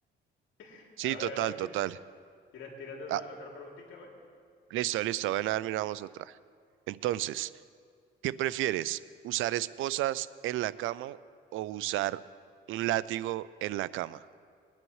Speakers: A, on the left; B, on the right.
A: <laughs>
B: Sí,
A: A ver,
B: total,
A: a ver,
B: total.
A: ti- tira, tírate otra,
B: Ah,
A: otra preguntita, a ver.
B: listo, listo, ven a ver, miramos otra. Entonces, ¿qué prefieres? ¿Usar esposas en la cama o usar
A: Ujú.
B: un látigo en la cama?